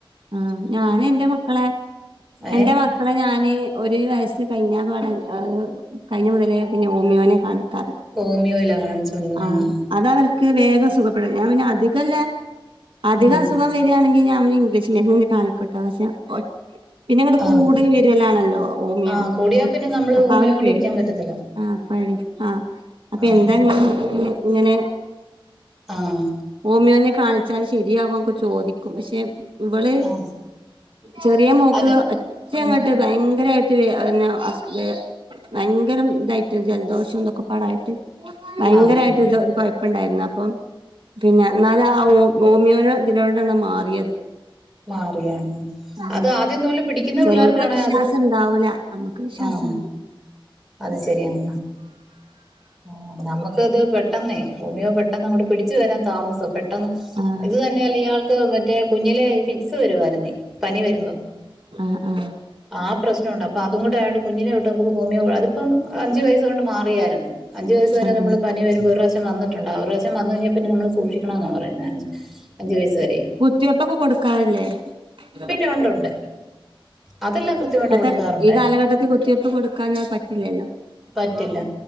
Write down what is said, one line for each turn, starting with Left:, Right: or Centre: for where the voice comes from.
Right: ആഹ് ഞാന് എൻറെ മക്കളെ
Centre: ഏ
Right: എന്റെ മ ക്കളെ ഞാന് ഒരു വയസ്സ് കഴിഞ്ഞ പാടെ ഏഹ് കഴിഞ്ഞ മുതലേ പിന്നെ ഓമിയോനെ കാണിക്കാറ്.
Centre: ഹോമിയോയിലാ കാണിച്ചോണ്ടിരുന്നത്
Right: ആഹ്, അതവർക്ക് വേഗം സുഖ ഞാൻ പിന്നെ അധികല്ല അധികസുഖം
Centre: ഉം.
Right: വരികയാണെങ്കി ഞാ ഇംഗ്ലീഷ് മര്ന്ന്ന്നെ കാണിക്കോട്ട ശെ ഒറ്റ പിന്നെങ്ങടെ
Centre: ആ
Right: കൂടിവരിയലാണല്ലോ ഓമിയോ
Centre: ആഹ് കൂടിയാ പിന്നെ നമ്മള്
Right: അപ്പൊ
Centre: ഹോമിയോ
Right: ആ ഒരു
Centre: കൊണ്ട്
Right: പേടി
Centre: ഇരിക്കാൻ പറ്റത്തില്ല
Right: ആഹ് പരി ആഹ് അപ്പൊ
Centre: ആഹ്
Right: എന്താങ്ങ പിന്നെ ഇങ്ങനെ <unintelligible>
Centre: ആഹ്
Right: ഓമിയോനെ കാണിച്ചാല് ശരിയാവുയൊക്കെ ചോദിക്കും പക്ഷെ ഇവള്
Centre: ആഹ്
Right: ചെറിയ മോക്ക്
Centre: അത്
Right: എത്രയു
Centre: ഉം
Right: പെട്ടെ ഭയങ്കരമായിട്ട് വെ ന്ന അസു ഭയങ്കരം ഇതായിട്ട് ജലദോഷന്തൊക്കെ പാടായിട്ട് ഭയങ്കരമായിട്ട്
Centre: ആഹ് ആഹ്
Right: ഇത് ഒരു കൊഴപ്പുണ്ടായിരുന്നു അപ്പം പിന്നെ നാട്ട് ആഹ് ഹോ ഹോമിയോന്റെ ഇതിലോടാണ് മാറിയത്
Centre: മാറിയ ആഹ് ആഹ്
Right: ആഹ്
Centre: അത് ആദ്യമുതൽ പിടിക്കുന്ന
Right: ചെലോർക്ക്
Centre: പിള്ളേർക്കാണെ
Right: വിശ്വാസം
Centre: അത്
Right: ഉണ്ടാവൂല നമ്മക്ക് വിശ്വാസാണ്
Centre: ആഹ് അത് ശരിയാന് ആഹ് നമുക്കത് പെട്ടെന്നേ ഓമിയോ പെട്ടെന്നങ്ങോട്ട് പിടിച്ചു വരാൻ താമസം പെ പെട്ട
Right: ആഹ്
Centre: ഇത് തന്നെയല്ല ഇയാൾക്ക് മറ്റേ കുഞ്ഞിലെ ഫിക്സ് വരുായിരുന്നേ പനി വരുമ്പോ
Right: ആഹ് ആഹ്
Centre: ആ പ്രശ്നംണ്ട് അപ്പ അതുംകൊണ്ടായണ്ട് കുഞ്ഞിനെ തൊട്ട് നമുക്ക് ഹോമിയോ അതിപ്പം അഞ്ചു വയസ കൊണ്ട് മാറിയാരുന്നു അഞ്ച്വയസ്സ് വരെ
Right: ആഹ്
Centre: നമ്മള് പനി വരുമ്പോൾ <unintelligible> വന്നിട്ടുണ്ട ഒരു പ്രാവശ്യം വന്ന കഴിഞ്ഞാൽ പിന്ന നമ്മള് സൂക്ഷിക്കണംന്ന പറയ്ന്നെ അഞ്ച് വയസ് വരെ
Right: കുത്തിവെപ്പൊക്കെ കൊടുക്കാറില്ലേ? <inaudible>
Centre: പിന്നെ ഉണ്ട് ഉണ്ട് അതെല്ലാം കൃത്യമായിട്ട്
Right: മറ്റേ
Centre: കൊടുക്കാറുണ്ട്
Right: ഈ കാലഘട്ടത്തിൽ കുത്തിവെപ്പ് കൊടു കാഞാ പറ്റില്ലല്ലോ
Centre: പറ്റില്ല